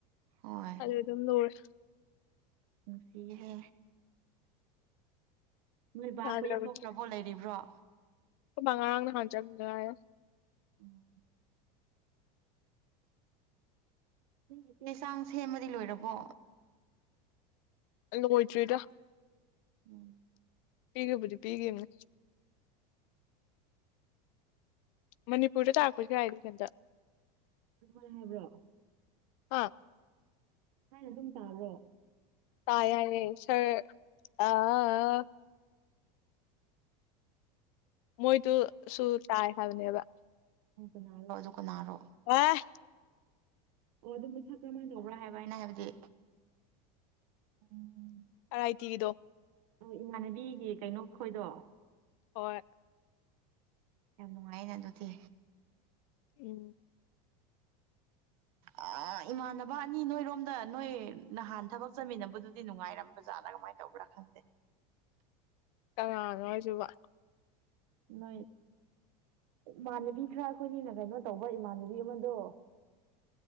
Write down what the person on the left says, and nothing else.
ꯑꯗꯨ ꯑꯗꯨꯝ ꯂꯨꯔꯦ
ꯌꯥꯗ꯭ꯔꯕꯅꯤ
ꯕꯥ ꯉꯔꯥꯡ ꯅꯍꯥꯟ ꯆꯪꯒꯤꯗ ꯉꯥꯢ
ꯂꯣꯢꯗ꯭ꯔꯤꯗ
ꯄꯤꯒꯤ ꯕꯨꯗꯤ ꯄꯤꯒꯤꯕꯅꯦ ꯃꯅꯤꯄꯨꯔꯗ ꯇꯥꯔꯛꯄꯁꯨ ꯌꯥꯏꯗ ꯁꯦꯟꯇꯔ
ꯍꯥ
ꯇꯥꯏ ꯍꯥꯏꯌꯦ ꯁꯔ ꯑꯥꯥꯥ ꯑꯥ ꯑꯥ ꯃꯣꯏꯗꯨꯁꯨꯨ ꯇꯥꯏ ꯍꯥꯏꯕꯅꯦꯕ
ꯂꯥꯛꯑꯦ
ꯥ ꯑꯥꯏ ꯇꯤꯒꯤꯗꯣ
ꯍꯣꯏ
ꯎꯝ
ꯀꯅꯥꯅꯣ ꯍꯥꯏꯁꯤꯕꯨ